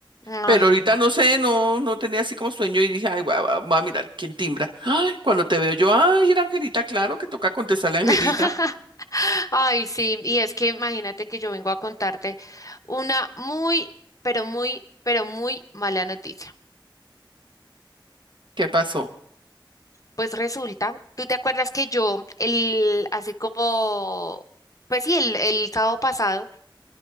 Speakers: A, on the left; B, on the right.
A: Ay,
B: Pero ahorita
A: no.
B: no sé, no, no tenía así como sueño y dije, ay, voy a, voy a mirar quién timbra. Ay, cuando te veo yo, ay, era Angelita, claro que toca contestarle a Angelita.
A: <laughs> Ay, sí. Y es que imagínate que yo vengo a contarte una muy, pero muy, pero muy mala noticia.
B: ¿Qué pasó?
A: Pues resulta, ¿tú te acuerdas que yo, el, así como, pues sí, el, el sábado pasado,